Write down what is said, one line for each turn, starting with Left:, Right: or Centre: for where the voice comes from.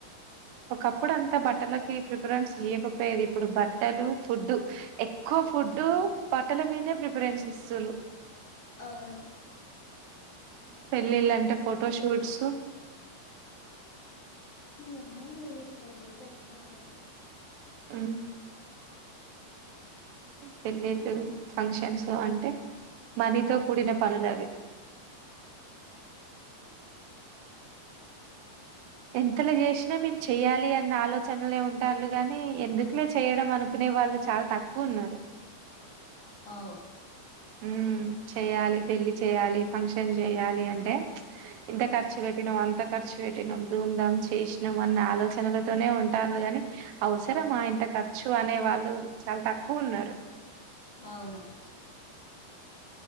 Right: ఒకప్పుడు అంతా బట్టలకి త ప్రిఫరెన్స్ లేకపోయేది ఇప్పుడు బట్టలు ఫుడ్ ఎక్కువ ఫుడ్డు బట్టల మీద ప్రిఫ ప్రిఫరెన్స్ ఇస్తరు
Left: అవును
Right: పెళ్ళిళ్ళంటే ఫోటోషూట్స్
Left: ఈ అమ్మాయి ఎట్లయితదో గట్నె అయి
Right: అమ్ పెళ్ళిళ్ళు ఫంక్షన్స్ అంటే మనీతో కూడిన పనులు అవిే
Left: అవును
Right: ఎంతలో చేసిన మేమ్ చెయ్యాలి అన్న ఆలోచనలే ఉంటారులు గానీ ఎందుకులో చేయడం అనుకునే వాళ్ళు చాల తక్కువ ఉన్నారు
Left: అవు
Right: మ్ చెయాలి పెళ్లిి చేయాలి ఫంక్షన్ చేయాలి అని అంటే ఇంత ఖర్చు పెట్టినవ్ అంత ఖర్చు పెట్టినాం ధూమ్ధామ్ చేసినాం అన్న ఆలోచనలతోనే ఉంటారు గాని అవసరమా ఇంత ఖర్చు అనే వాళ్ళు చాల తక్కువ ఉన్నారు
Left: అవును